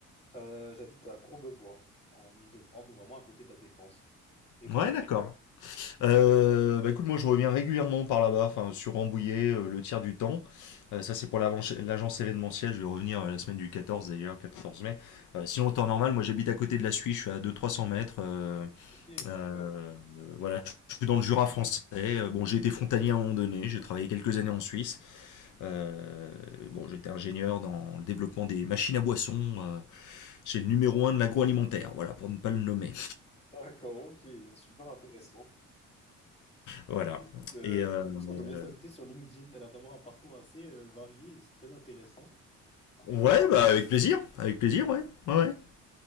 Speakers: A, on the left; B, on the left.
A: Euh, j'habite à Courbevoie, en Île-de-France, donc vraiment à côté de la Défense. Et toi?
B: Ouais, d'accord. Euh, bah écoute, moi je reviens régulièrement par là-bas, enfin sur Rambouillet euh, le tiers du temps. Euh, ça c'est pour l'avance- l'agence événementielle, je vais revenir euh, la semaine du 14 d'ailleurs, 14 mai. Euh, sinon en temps normal, moi j'habite à côté de la Suisse, je suis à deux, trois cents mètres. euh,
A: Ok, super.
B: euh, voilà, je je suis dans le Jura français. Euh, Bon, j'ai été frontalier à un moment donné, j'ai travaillé quelques années en Suisse. Euh, bon, j'étais ingénieur dans le développement des machines à boissons euh, chez le numéro un de l'agroalimentaire, voilà, pour ne pas le nommer.
A: D'accord, ok, super intéressant.
B: Voilà.
A: Écoute, euh,
B: Et
A: je
B: euh,
A: pense qu'on
B: euh,
A: devrait s'ajouter sur LinkedIn. Tu as l'air d'avoir un parcours assez euh, varié, et c'est très intéressant. Donc, on
B: ouais,
A: peut-
B: bah avec plaisir, avec plaisir, ouais, ouais. ouais.